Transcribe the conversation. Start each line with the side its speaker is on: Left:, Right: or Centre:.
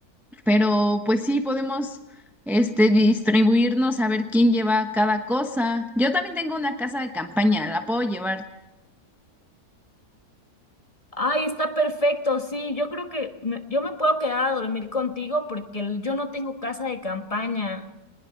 Centre: pero pues sí, podemos este, distribuirnos a ver quién lleva cada cosa. Yo también tengo una casa de campaña, la puedo llevar.
Left: Ay, está perfecto, sí, yo creo que me- yo me puedo quedar a dormir contigo porque el- yo no tengo casa de campaña.